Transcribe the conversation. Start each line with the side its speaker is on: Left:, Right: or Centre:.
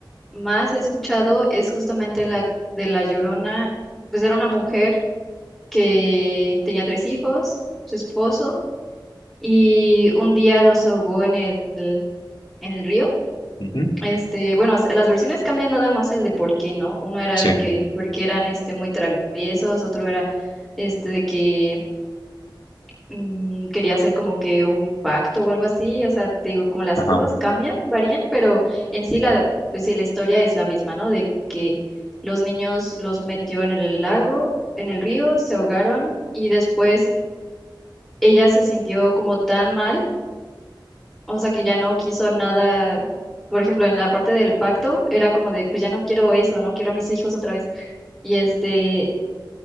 Centre: más he escuchado es justamente la de La Llorona, pues era una mujer que tenía tres hijos, su esposo, y un día los ahogó en el, en el río.
Left: Ujú,
Centre: Este, bueno, s- las versiones cambian nada más el de por qué, ¿no? Uno era
Left: Sí,
Centre: de que porque eran este muy traviesos, otro era este de que mm, quería hacer como que un pacto o algo así, o sea, te digo, como las
Left: ajá.
Centre: cosas cambian, varían, pero en sí la, pues sí, la historia es la misma, ¿no? De que los niños los metió en el lago, en el río, se ahogaron y después ella se sintió como tan mal, o sea, que ya no quiso nada. Por ejemplo, en la parte del pacto era como de, pues ya no quiero eso, no quiero a mis hijos otra vez. Y este,